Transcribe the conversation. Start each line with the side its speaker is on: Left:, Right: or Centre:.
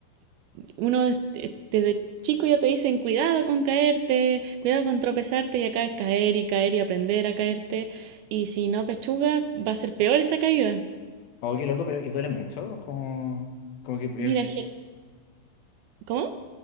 Right: uno este, desde chico ya te dicen cuidado con caerte, cuidado con tropezarte y acá es caer y caer y aprender a caerte. Y si no pechugas, va a ser peor esa caída.
Left: oye qué loco, pero... ¿Y duele mucho? Como, como que... eh,
Right: Mira, gen- ¿cómo?